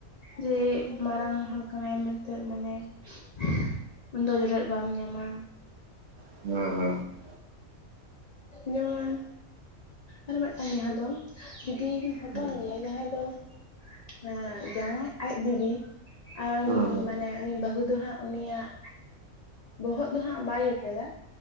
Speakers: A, on the left (about 65°); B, on the right (about 65°).
A: ᱡᱮ ᱢᱟᱨᱟᱝ ᱦᱚᱲ ᱠᱟᱱᱟᱭ ᱢᱮᱱᱛᱮ ᱢᱟᱱᱮ <inaudible> ᱩᱱᱤᱫᱚ ᱡᱚᱴᱮᱫ ᱵᱟᱢ ᱧᱟᱢᱟ᱾
B: <unintelligible>
A: ᱡᱮᱢᱚᱱ ᱟᱨ ᱢᱤᱫᱴᱟᱝ ᱡᱟᱦᱟᱸ ᱫᱚ ᱡᱩᱫᱤᱢ ᱦᱚᱯᱚᱱ
B: ᱦᱩᱸ
A: ᱜᱮᱭᱟ ᱡᱟᱦᱟᱸᱭ ᱫᱚ ᱢᱮ ᱡᱟᱸᱣᱟᱭ ᱟᱡ ᱫᱤᱫᱤ᱾ ᱟᱱ
B: ᱦᱩᱸ ᱦᱩᱸ ᱦᱩᱸ
A: ᱢᱟᱱᱮ ᱩᱱᱤ ᱵᱟᱹᱦᱩ ᱫᱚ ᱦᱟᱸᱜ ᱩᱱᱤᱭᱟᱜ ᱵᱚᱦᱚᱜ ᱫᱚ ᱦᱟᱸᱜ ᱵᱟᱭ ᱡᱚᱴᱮᱫᱟ